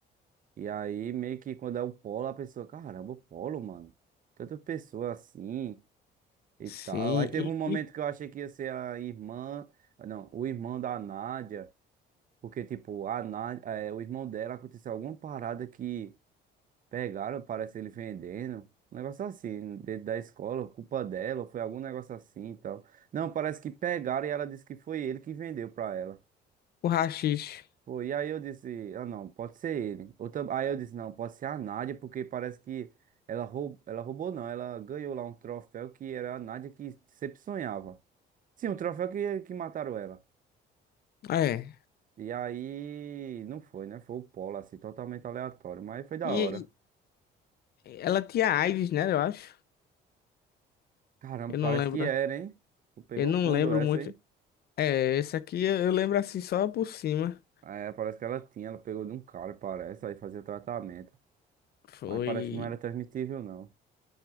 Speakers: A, on the right; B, on the left.
A: E aí, meio que quando é o polo, a pessoa, caramba, o polo, mano. Tanta pessoa assim e
B: Sim,
A: tal. Aí teve
B: e,
A: um momento
B: e
A: que eu achei que ia ser a irmã, não, o irmão da Nádia, porque, tipo, a Nádia, é, o irmão dela aconteceu alguma parada que pegaram, parece ele vendendo. Um negócio assim, dentro da escola, culpa dela, ou foi algum negócio assim e tal. Não, parece que pegaram e ela disse que foi ele que vendeu pra ela.
B: o Rachis.
A: Pô, e aí eu disse, ah não, pode ser ele. Ou tam- aí eu disse, não, pode ser a Nádia, porque parece que ela roubou, ela roubou não, ela ganhou lá um troféu que era a Nádia que sempre sonhava. Sim, um troféu que, que mataram ela.
B: É.
A: E aí, não foi, né? Foi o Polo, assim, totalmente aleatório, mas foi da
B: E,
A: hora.
B: e ela tinha AIDS, né, eu acho.
A: Caramba,
B: Eu
A: parece
B: não lembro.
A: que era, hein? Tu Pegou
B: Eu não
A: fundo
B: lembro
A: essa,
B: muito.
A: hein?
B: É, esse aqui eu eu lembro assim só por cima.
A: É, parece que ela tinha, ela pegou de um cara, parece, aí fazia tratamento.
B: Foi.
A: Mas parece que não era transmitível, não.